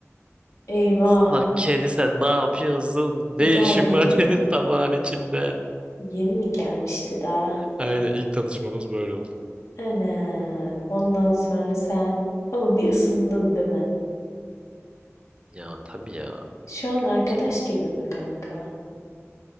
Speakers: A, on the left; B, on the right.
A: Eyvah.
B: Salak kedi sen ne yapıyorsun? Ne
A: Bu daha
B: işin
A: yeni.
B: var senin tabağın içinde?
A: Yeni mi gelmişti daha?
B: Aynen ilk tanışmamız böyle oldu.
A: Anam. Ondan sonra sen ama bir ısındın değil mi?
B: Ya tabii ya
A: Şu an
B: kanki.
A: arkadaş gibi mi kanka?